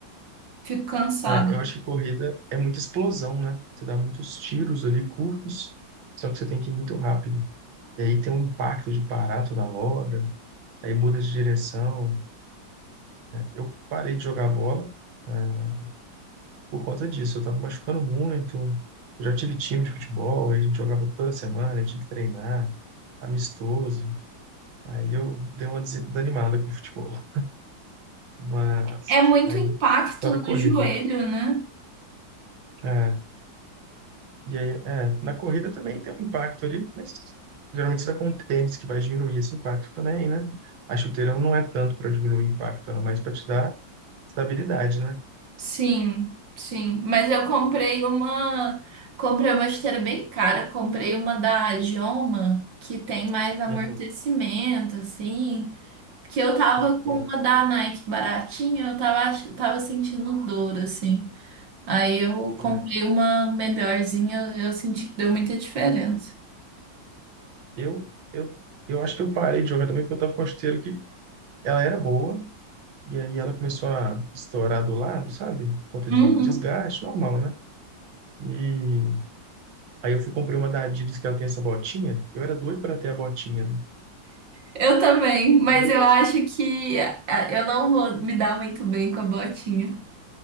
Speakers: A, on the right; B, on the right.
A: fico cansado.
B: É, eu acho que corrida é muita explosão, né? Você dá muitos tiros ali curtos, só que você tem que ir muito rápido. E aí tem um impacto de parar toda hora. aí muda de direção. Eu parei de jogar bola, né, por conta disso. Eu estava machucando muito. Eu já tive time de futebol, aí a gente jogava toda semana, a gente tinha que treinar, amistoso. Aí eu dei uma des- desanimada com o futebol. Mas
A: É, é muito
B: aí
A: impacto
B: eu só
A: no
B: na corrida.
A: joelho, né?
B: É, e aí, é, na corrida também tem um impacto ali, mas geralmente você tá com um tênis que vai diminuir esse impacto também, né? A chuteira não é tanto para diminuir o impacto, ela é mais para te dar estabilidade, né?
A: Sim, sim. Mas eu comprei uma. Comprei uma esteira bem cara. Comprei uma da Joma, que tem mais amortecimento,
B: Uhum.
A: assim. Porque eu tava
B: Tá
A: com
B: bom.
A: uma da Nike baratinha, eu tava, ach- tava sentindo dor, assim. Aí eu comprei
B: É.
A: uma melhorzinha, eu senti que deu muita diferença.
B: Eu, eu, eu acho que eu parei de jogar também porque eu tava com a chuteira que ela era boa e aí ela começou a estourar do lado, sabe? Por Conta
A: Uhum.
B: de desgaste, normal, né? E aí eu fui comprei uma da Adidas que ela tem essa botinha. Eu era doido para ter a botinha, né?
A: Eu também, mas
B: E eu,
A: eu acho que ah, eu não vou me dar muito bem com a botinha.